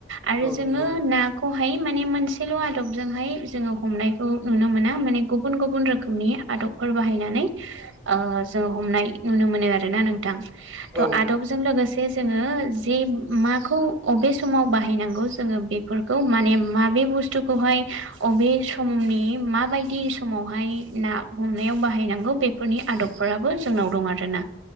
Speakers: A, on the right; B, in the centre.
A: आरो
B: औ
A: जोङो
B: नंगौ
A: ना खौहाय माने मोनसेल' आदबजोंहाय जोङो हमनायखौ नुनो मोना माने गुबुन गुबुन रोखोमनि आदब फोर बाहायनानै ओ जों हमनाय नुनो मोनो आरोना नोंथां।
B: औ।
A: थ' आदबजों लोगोसे जोङो जे माखौ अबे समाव बाहायनांगौ जोङो बेफ फोरखौ माने माबे बुस्थुखौहाय अबे समनि माबायदि समावहाय ना हमनायाव बाहायनांगौ बेफोरनि आदबफोराबो जोंनाव दं आरोना